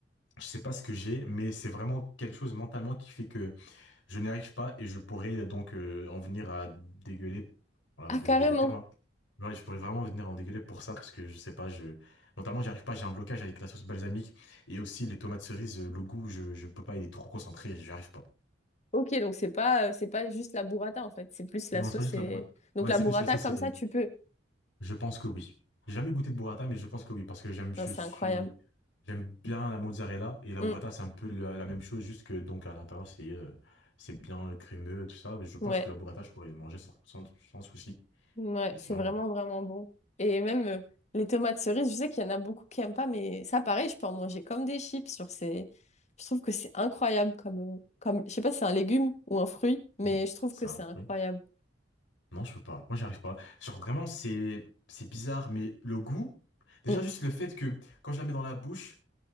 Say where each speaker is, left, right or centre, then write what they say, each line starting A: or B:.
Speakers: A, on the left (about 85°); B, on the left (about 40°).
A: je sais pas ce que j'ai, mais c'est vraiment quelque chose mentalement qui fait que je n'y arrive pas et je pourrais euh, donc euh, en venir à dégueuler. Voilà,
B: Ah,
A: désolé
B: carrément.
A: des termes. hein. Ouais, je pourrais vraiment venir en dégueuler pour ça parce que je sais pas, je mentalement j'y arrive pas, j'ai un blocage avec la sauce balsamique et aussi les tomates cerises, euh, le goût, je, je peux pas, il est trop concentré, j'y arrive pas.
B: Ok, donc c'est pas, euh, c'est pas juste la burrata en fait, c'est plus la
A: Non,
B: sauce
A: c'est pas juste
B: et...
A: la boîte.
B: Donc
A: Ouais,
B: la
A: c'est
B: burrata
A: plus la sauce
B: comme ça, tu peux.
A: Je pense que oui. J'ai jamais goûté de burrata, mais je pense que oui, parce que j'aime, je
B: Non, c'est
A: suis,
B: incroyable.
A: j'aime bien la mozzarella et la
B: Mm.
A: burrata, c'est un peu la, la même chose, juste que donc à l'intérieur c'est, euh, c'est bien crémeux, tout ça. Mais Je pense
B: Ouais,
A: que la burrata, je pourrais manger sans, sans, sans souci.
B: ouais,
A: Mais sinon,
B: c'est vraiment, vraiment bon. Et même euh, les tomates cerises, je sais qu'il y en a beaucoup qui aiment pas, mais ça, pareil, je peux en manger comme des chips sur ces... Je trouve que c'est incroyable comme, euh, comme... Je sais pas si c'est un légume ou un fruit, mais
A: hmm,
B: je trouve
A: c'est
B: que c'est
A: un fruit.
B: incroyable.
A: Non, je peux pas. Moi, j'arrive pas. Genre vraiment, c'est, c'est bizarre, mais le goût, déjà
B: Mm.
A: juste le fait que quand je la mets dans la bouche,